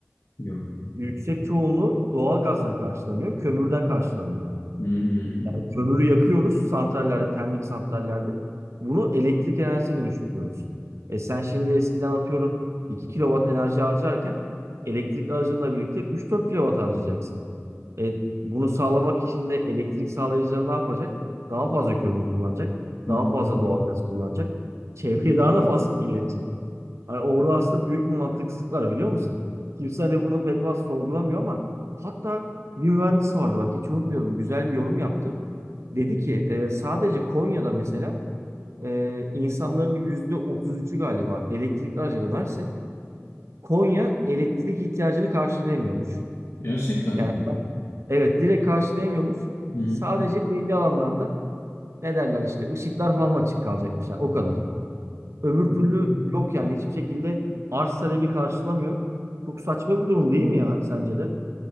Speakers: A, on the left (about 75°); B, on the right (about 70°).
A: Yok.
B: Yüksek çoğunluğu doğalgazdan karşılanıyor, kömürden karşılanıyor.
A: Hmm.
B: Yani kömürü yakıyoruz santrallerde, termik santrallerde. Bunu elektrik enerjisine dönüştürüyoruz. E sen şimdi eskiden atıyorum 2 kilowatt enerji harcarken elektrik aracınla birlikte üç dört kilowatt harcayacaksın. E bunu sağlamak için de elektrik sağlayıcıları ne yapacak? Daha fazla kömür kullanacak, daha
A: Hı hı.
B: fazla doğalgaz kullanacak. Çevreyi daha da fazla kirletecek. Hani orada aslında büyük bir mantıksızlık var biliyor musun? Kimse hani bunu pek fazla sorgulamıyor ama hatta bir mühendis vardı bak hiç unutmuyorum güzel bir yorum yaptı. Dedi ki e, sadece Konya'da mesela e, insanların %33'ü galiba elektrikli araca dönerse Konya elektrik ihtiyacını karşılayamıyormuş.
A: Gerçekten
B: Yani
A: mi?
B: evet direkt karşılayamıyormuş.
A: Hı hı.
B: Sadece belli alanlarda ne derler işte ışıklar falan açık kalacakmış. Yani o kadar. Öbür
A: Hmm.
B: türlü yok yani hiçbir şekilde arz talebi karşılamıyor. Çok saçma bir durum değil mi ya sence de?